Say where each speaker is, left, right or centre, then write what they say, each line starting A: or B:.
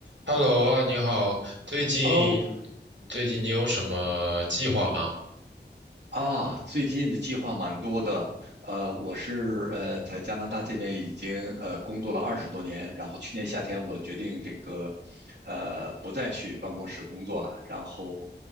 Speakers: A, on the right (about 85°); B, on the right (about 70°).
A: Hello 啊，你好，最近
B: Hello
A: 最近你有什么计划吗？
B: 啊，最近的计划蛮多的。呃，我是呃在加拿大这边已经呃工作了二十多年，然后去年夏天我决定这个
A: 嗯哼，
B: 呃不再去办公室工作了，然后